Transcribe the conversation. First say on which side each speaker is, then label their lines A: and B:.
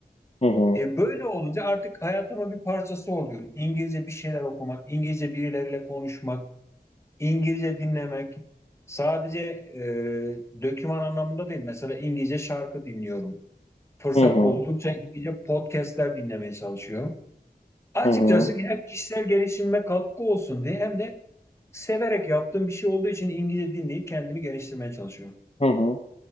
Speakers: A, on the left; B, on the left.
A: hı
B: E, böyle olunca artık hayatımın bir parçası oluyor. İngilizce bir şeyler okumak, İngilizce birileriyle konuşmak. İngilizce dinlemek sadece e, döküman anlamında değil. Mesela İngilizce şarkı dinliyorum. Fırsat
A: hı hı hı
B: buldukça İngilizce podcastler dinlemeye çalışıyorum. Açıkçası
A: hı hı hı
B: hem kişisel gelişimime katkı olsun diye hem de severek yaptığım bir şey olduğu için İngilizce dinleyip kendimi geliştirmeye çalışıyorum.
A: hı hı.